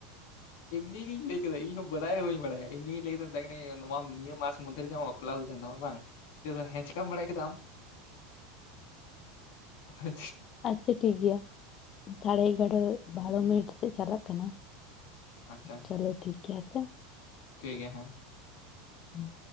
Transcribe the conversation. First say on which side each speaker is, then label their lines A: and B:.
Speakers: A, on the left (about 65°); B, on the left (about 40°).
A: ᱮᱢᱱᱤᱜᱤᱧ ᱞᱟᱹᱭ ᱠᱮᱫᱟ ᱤᱧ ᱦᱚᱸ ᱵᱟᱰᱟᱭ ᱦᱚᱸ ᱵᱟᱹᱧ ᱵᱟᱲᱟᱭᱟ ᱮᱢᱱᱤᱧ ᱞᱟᱹᱭ ᱠᱮᱫᱟ ᱢᱮᱛᱟᱭ ᱠᱟᱹᱱᱟᱹᱧ ᱱᱚᱣᱟ ᱱᱤᱭᱟᱹ ᱢᱟᱥ ᱢᱚᱫᱽᱫᱷᱮ ᱨᱮᱜᱮ ᱟᱢᱟᱜ ᱵᱟᱯᱞᱟ ᱦᱩᱭ ᱟᱠᱟᱱ ᱛᱟᱢᱟ ᱵᱟᱝ ᱞᱟᱹᱭ ᱮᱫᱟᱭ ᱦᱮᱸ ᱪᱤᱠᱟᱢ ᱵᱟᱲᱟᱭ ᱠᱮᱫᱟ ᱟᱢ ᱟ
B: ᱟᱪᱪᱷᱟ ᱴᱷᱤᱠ ᱜᱮᱭᱟ ᱥᱟᱲᱮ ᱮᱜᱟᱨᱚ ᱵᱟᱨᱚ ᱢᱤᱱᱤᱴ ᱥᱮᱫ ᱪᱟᱞᱟᱜ ᱠᱟᱱᱟ
A: ᱟᱪᱪᱷᱟ
B: ᱪᱚᱞᱳ ᱴᱷᱤᱠ ᱜᱮᱭᱟ ᱟᱥᱮ
A: ᱴᱷᱤᱠ ᱜᱮᱭᱟ ᱦᱮᱸ
B: ᱦᱢᱸ